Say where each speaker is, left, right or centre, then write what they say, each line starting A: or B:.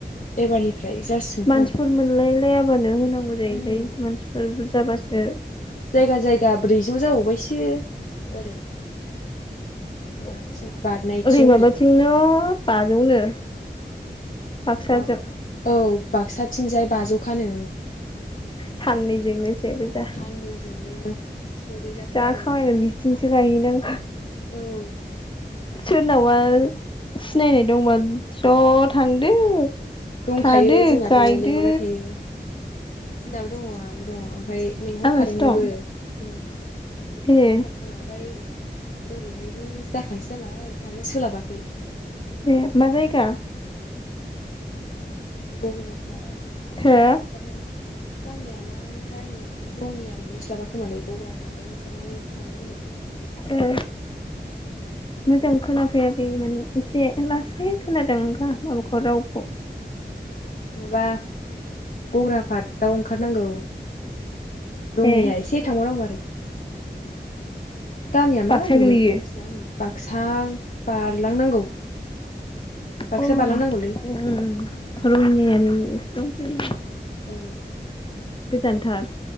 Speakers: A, on the left; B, on the left.
A: एबारनिफ्राय जासिगोन
B: मानसिफोर
A: खोमाथ'
B: मोनलाय लायाबानो होनांगौ जायोलै
A: उम
B: मानसिफोर बुरजाबासो बे
A: जायगा जायगा ब्रैजौ जाबावबायसो। ओरै माबाथिं
B: उ
A: बारनायथिं
B: ओरै माबाथिंनो बाजौनो। बाक्साजों
A: मा औ बाक्साथिंजाय बाजौखानो
B: साननैजोंनो से रोजा
A: साननैजोंनो सेरोजाथ'
B: जाखामायगोन
A: आरो
B: बिथिं सि दायो नों
A: ओ।
B: सोरनावबा सिनायनाय दंबा ज' थांदो।
A: दंखायो
B: थादो
A: जोंनाथ'
B: गायदो
A: लेंहरबाय थायो जोंनाबो दङ आब' दङ आ। ओमफ्राय लेंहरखादोंमोनबो
B: आलासि दं
A: लेंहरखादोंबो
B: ए
A: ओमफ्राय ओरैहाय। बो जाखानोसै नालाय। आनो सोलाबाखै।
B: ए मा जायगा
A: गुबुन आफाद
B: हो
A: दाउ ओंखरनानै गामिया मा मोनथाय? रङिया मोनहैस्लाबा खोमालाय गग्रा पारतआव ओंखारनानै थालांनांगौ।
B: उ मोजां खोनाफैाखै माने एसे लासै खोनादों माबाखौ रावखौ।
A: माबा गग्रा पारटआव ओंखारनांगौ। रङिया
B: ए
A: एसे थांबावनांगौ आरो। गामिया मा
B: बाक्सा
A: गामिनो
B: गोलैयो
A: मिथिला आङो बाक्स। थां बारलांनांगौ। बाक्सा
B: अ उम
A: बारलांनांगौलै
B: उम उम रंङियानिनो। दंसै।
A: औ
B: गोजानथार।